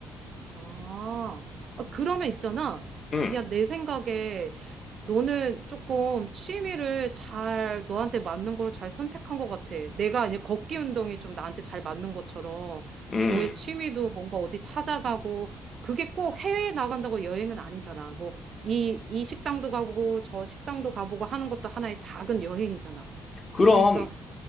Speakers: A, on the right (about 55°); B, on the left (about 40°).
A: 아, 아, 그러면 있잖아.
B: 음,
A: 야, 내 생각에 너는 조금 취미를 잘, 너한테 맞는 걸 잘 선택한 것 같아. 내가 이제 걷기 운동이 좀 나한테 잘 맞는 것처럼
B: 음.
A: 너의 취미도 뭔가 어디 찾아가고 그게 꼭 해외에 나간다고 여행은 아니잖아. 뭐, 이, 이 식당도 가보고 저 식당도 가보고 하는 것도 하나의 작은 여행이잖아.
B: 그럼,
A: 그러니까,